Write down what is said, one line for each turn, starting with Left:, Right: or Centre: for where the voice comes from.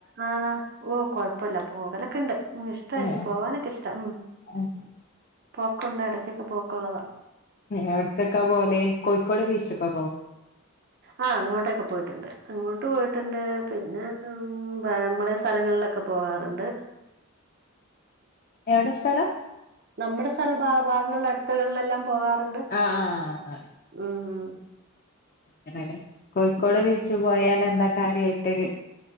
Right: ആഹ് ഓ കൊഴപ്പല്ല പോകലൊക്കെണ്ട് ഉം ഇഷ്ട
Left: ഏഹ്
Right: എനിക്ക് പോവാന്നൊക്കെ ഇഷ്ട ഉം
Left: ഏഹ്
Right: പോക്കുണ്ട് എടക്കൊക്കെ പോക്കോള്ളതാ
Left: എവട്ക്കെക്കെ പോവല് കോഴിക്കോട് ബീച്ചിക്കൊ
Right: ആഹ് അങ്ങോട്ടൊക്കെ പോയിട്ടുണ്ട് അങ്ങോട്ട് പോയിട്ടുണ്ട് പിന്നെ നമ്മളെ ഈ സ്ഥലങ്ങളിലൊക്കെ പോകാറുണ്ട്
Left: എവടെ സ്ഥലം
Right: നമ്മുടെ സ്ഥല ഭാ ഭാഗങ്ങളുടെ അടുത്തുകളിലെല്ലാം പോകാറുണ്ട്
Left: ആഹ് ആഹ്
Right: ഉം ഉം
Left: അങ്ങനെ കോഴിക്കോട് ബീച്ച് പോയാൽ എ ന്താ കാര്യയിട്ട്